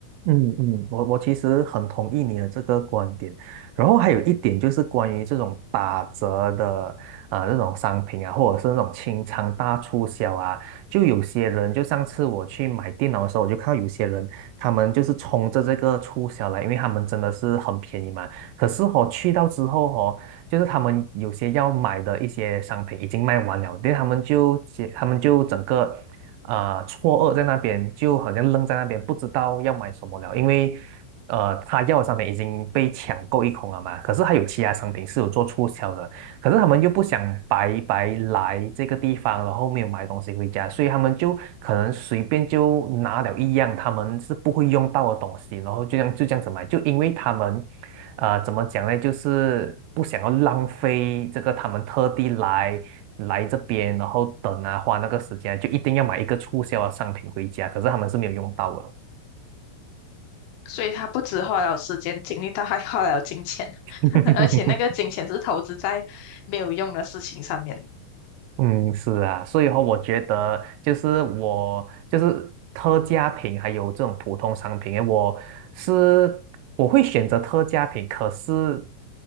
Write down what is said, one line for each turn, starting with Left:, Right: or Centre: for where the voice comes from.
Right: 嗯嗯，我我其实很同意你的这个观点，然后还有一点就是关于这种打折的啊，呃这种商品啊，或者是那种清仓大促销啊，就有些人就上次我去买电脑的时候，我就看到有些人他们就是冲着这个促销来，因为他们真的是很便宜嘛。可是我、去到之后哦，就是他们有些要买的一些商品已经卖完了，对，他们就结他们就整个。啊、错愕在那边，就好像愣在那边，不知道要买什么了，因为呃，他要的商品已经被抢购一空了嘛，可是还有其他商品是有做促销的，可是他们又不想白白来这个地方，然后没有买东西回家，所以他们就可能随便就拿了一样他们是不会用到的东西，然后就这样就这样子买，就因为他们啊、怎么讲呢？就是不想要浪费这个他们特地来来这边，然后等啊，花那个时间啊，就一定要买一个促销的商品回家，可是他们是没有用到的。
Left: 所以他不止花了时间精力，他还花了金钱，
Right: <laughs>
Left: <laughs> 而且那个金钱是投资在没有用的事情上面。
Right: 嗯，是啊，所以话我觉得就是我就是特价品，还有这种普通商品，诶我是我会选择特价品，可是